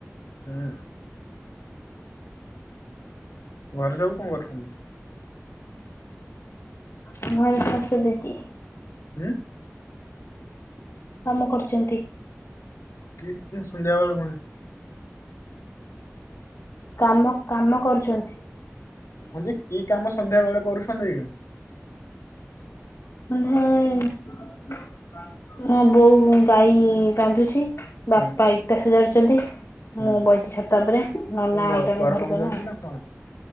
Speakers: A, on the left; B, on the left.
A: ହୁଁ। ଘରେ ସବୁ କଣ କରୁଛନ୍ତି?
B: ଘରେ ସମସ୍ତେ ବିଜି।
A: ହୁଁ।
B: କାମ କରୁଛନ୍ତି।
A: କି <unintelligible> ମୁଁ ସଂଧ୍ୟାବେଳେୁ ପୁଣି
B: କାମ, କାମ କରୁଚନ୍ତି।
A: ହଁ ଯେ କି କାମ ସନ୍ଧ୍ୟା ବେଳେ କରୁଛନ୍ତି?
B: ସନ୍ଧ୍ୟାବେଳେ, ମୋ ବୋଉ ଗାଈ ବାନ୍ଧୁଛି ବାପା
A: ହୁଁ
B: ଇଟା ସଜାଡୁଛନ୍ତି।
A: ହୁଁ
B: ମୁଁ ବଇଚି ଛତ ଉପରେ, ନନା
A: କଣ
B: ଆଇଲାଣି
A: ଘର
B: ଘରକୁ
A: କାମ ଚାଲିଛି
B: ଏନା।
A: ନା କଣ